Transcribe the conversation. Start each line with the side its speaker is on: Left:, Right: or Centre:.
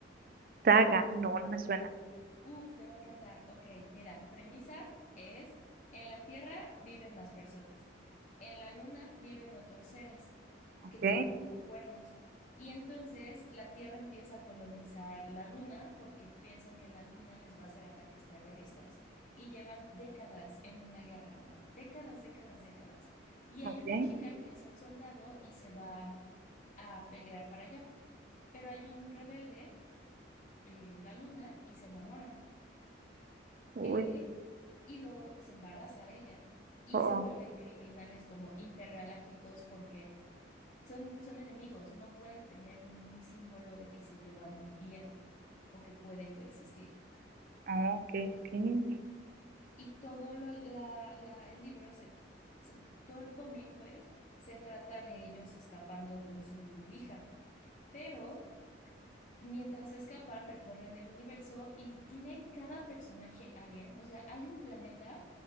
Right: Saga, no, no me suena.
Left: Uf, te va a encantar. Ok, mira, premisa es, en la Tierra viven las personas, en la Luna viven otros seres
Right: Ok,
Left: que tienen como cuernos. Y entonces la Tierra empieza a colonizar la Luna porque piensan que la Luna les va a hacer ataques terroristas y llevan décadas en una guerra, ¿no? Décadas, décadas, décadas. Y
Right: ok.
Left: hay una chica que es un soldado y se va a pelear para allá, pero hay un rebelde en la Luna y se enamora.
Right: Uy,
Left: Eh, y luego se embaraza ella y
Right: oh,
Left: se vuelven criminales como intergalácticos porque son, son enemigos, no pueden tener ningún símbolo de que se llevan bien o que pueden coexistir.
Right: oh, ok, ok.
Left: Y todo lo- la, la- el libro, se, se- todo el cómic, pues, se trata de ellos escapando con su hija, pero... Mientras escapan, recorren el universo y tienen cada personaje alien. O sea, hay un planeta